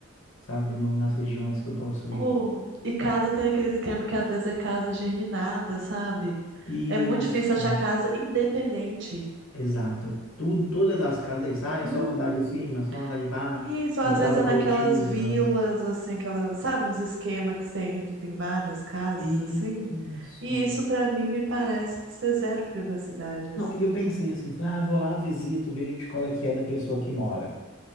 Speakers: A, on the left; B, on the right.
A: sabe, no, nas regiões que eu posso
B: Oh,
A: ir.
B: e casa tem aquele esquema que às vezes é casa germinada, sabe?
A: Isso,
B: É muito difícil achar casa independente.
A: exato. É tudo, todas as casas é isso. Ah, é
B: Uhum.
A: só o andar de cima, é só o andar de baixo,
B: Isso, às
A: entrada
B: vezes é
A: coletiva.
B: naquelas vilas, assim, aquelas, sabe, uns esquemas que você entra e tem várias casas,
A: Isso.
B: assim. E isso pra mim me parece ser zero privacidade, assim.
A: Não, e eu pensei assim, falei, ah, eu vou lá, visito, vejo de qual é que é da pessoa que mora.